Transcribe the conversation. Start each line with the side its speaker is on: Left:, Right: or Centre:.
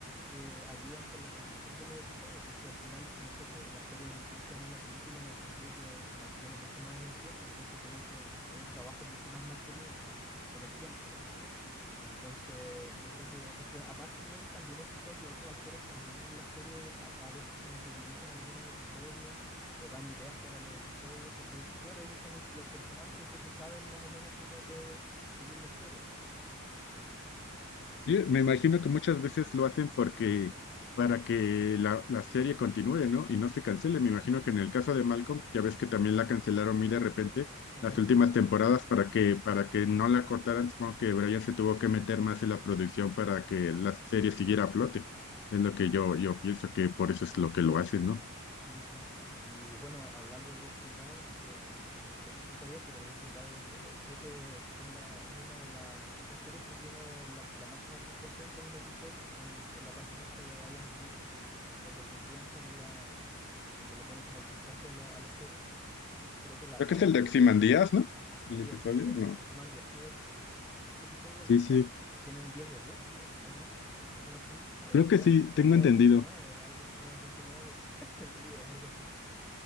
Centre: que ayudan con la producción de los episodios, porque al final, no sé, po, la serie es distinta en una película en el sentido que se mantiene mucho más en el tiempo, entonces tienen que, es un trabajo mucho más mantenido, en el tiempo me refiero. Entonces, yo creo que, porque aparte de él, también he escuchado que otros actores también en la serie a, a veces como que dirigen algunos episodios o dan ideas para los episodios, porque claro, ellos son el- los personajes, entonces saben más o menos cómo puede seguir la historia.
Left: y me imagino que muchas veces lo hacen porque, para que la, la serie continúe, ¿no? Y no se cancele. Me imagino que en el caso de Malcolm, ya ves que también la cancelaron muy de repente
Centre: Ujú.
Left: las últimas temporadas para que, para que no la cortaran, supongo que Brian se tuvo que meter más en la producción para que la serie siguiera a flote. Es lo que yo, yo pienso que por eso es lo que lo hacen, ¿no?
Centre: Sí, sí. Y bueno, hablando de Breaking Bad, que mm, no sé si tú sabías, pero Breaking Bad es- eh, creo que es, la, es una de las pocas series que tiene la, la máxima puntuación de un episodio en, en la página esta de IMDb, donde puntúan como la, donde le ponen como el puntaje a, lo- a la serie. Creo que la,
Left: Creo
Centre: la
Left: que es
Centre: o-
Left: el de Ozymandias, ¿no?
Centre: sí,
Left: El episodio,
Centre: el, el de
Left: no.
Centre: Ozymandias, sí, ese. Ese episodio, el
Left: Sí,
Centre: que
Left: sí,
Centre: está, tiene un 10 de 10 creo, ¿o no? Si no estoy, o
Left: creo
Centre: nueve
Left: que sí,
Centre: o
Left: tengo
Centre: nueve
Left: entendido.
Centre: punto 9 algo así, nueve punto nueve de diez <laughs> de 10 algo así.